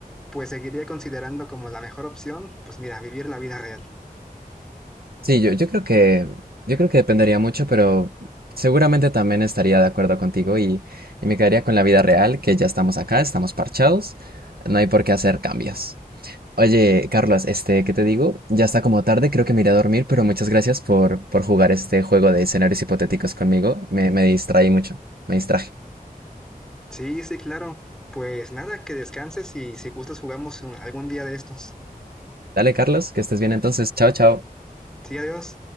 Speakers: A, in the centre; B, on the right.
A: pues seguiría considerando como la mejor opción, pues mira, vivir la vida real.
B: Sí, yo, yo creo que, yo creo que dependería mucho, pero seguramente también estaría de acuerdo contigo y, y me quedaría con la vida real, que ya estamos acá, estamos parchados, no hay por qué hacer cambios. Oye, Carlos, este, ¿qué te digo? Ya está como tarde, creo que me iré a dormir, pero muchas gracias por, por jugar este juego de escenarios hipotéticos conmigo. Me, me distraí mucho, me distraje.
A: Sí, sí, claro. Pues nada, que descanses y si gustas jugamos un- algún día de estos.
B: Dale, Carlos, que estés bien entonces. Chao, chao.
A: Sí, adiós.